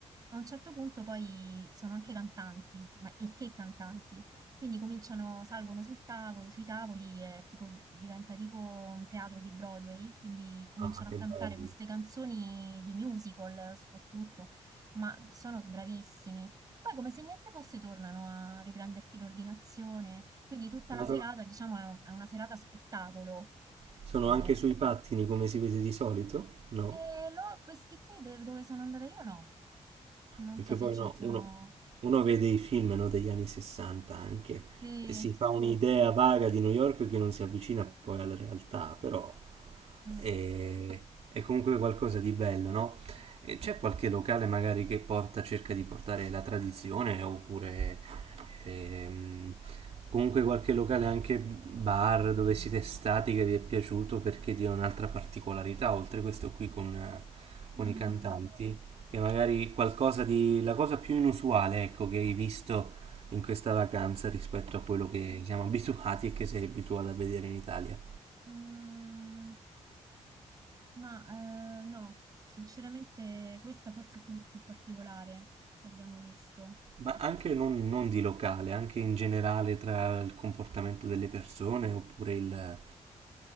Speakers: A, on the right (about 30°); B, on the right (about 60°).
A: a un certo punto poi sono anche cantanti, ma e che cantanti? Quindi cominciano, salgono sul tavolo, sui tavoli e tipo diventa tipo un teatro di Broadway, quindi cominciano
B: Ah, che
A: a cantare
B: bello.
A: queste canzoni di musical soprattutto, ma sono bravissimi. E poi come se niente fosse tornano a riprenderti l'ordinazione, quindi tutta
B: Ma
A: la serata,
B: so-
A: diciamo, è un- è una serata spettacolo.
B: sono
A: Eh,
B: anche sui pattini come si vede di solito? No?
A: e lo- questi qui dove, dove sono andata io no, non
B: Perché
A: so se
B: poi
A: ce
B: no,
A: ne sono...
B: uno, uno vede i film, no, degli anni 60 anche
A: Sì,
B: e si fa un'idea vaga di New York che non si avvicina poi alla realtà, però
A: mh,
B: è, è comunque qualcosa di bello, no? E c'è qualche locale magari che porta, cerca di portare la tradizione oppure ehm, comunque qualche locale anche bar dove siete stati che vi è piaciuto perché dia un'altra particolarità, oltre questo qui con
A: mh.
B: con i cantanti. Che magari qualcosa di... la cosa più inusuale, ecco, che hai visto in questa vacanza rispetto a quello che siamo abituati e che sei abituato a vedere in Italia.
A: Mm, ma eh, no, sinceramente questa forse è quella più particolare che abbiamo visto.
B: Ma anche non, non di locale, anche in generale tra il comportamento delle persone oppure il,